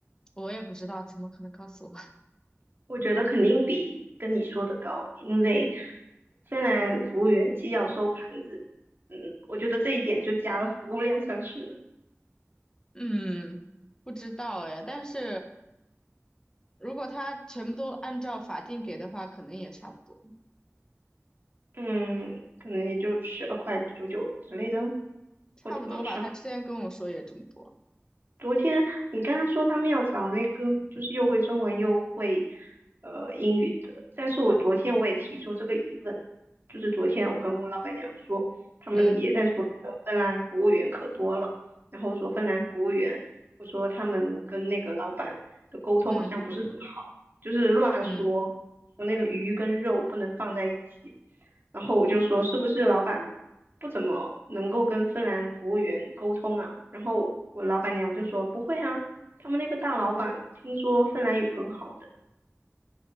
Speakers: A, on the left; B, on the right.
A: 我也不知道，怎么可能告诉我？
B: 我觉得肯定比跟你说的高，因为芬兰服务员既要收盘子，嗯，我觉得这一点就加了服务量上去了，
A: <laughs> 嗯，不知道哎，但是。如果他全部都按照法定给的话，可能也差不多，
B: 嗯，可能也就十二块九九之类的，
A: 差不多吧。
B: 或者往上。
A: 他之前跟我说也这么多，
B: 昨天你刚刚说他们要找那个，就是又会中文又会呃英语的，但是我昨天我也提出这个疑问，就是昨天我跟我老板娘说，他们也在说那个芬兰服务员可多了，
A: 嗯
B: 然后说芬兰服务员，我说他们跟那个老板的沟通好像不是很好，
A: 嗯
B: 就是乱说，
A: 嗯，
B: 说那个鱼跟肉不能放在一起，然后我就说是不是老板不怎么能够跟芬兰服务员沟通啊。然后我老板娘就说不会啊，他们那个大老板听说芬兰语很好的，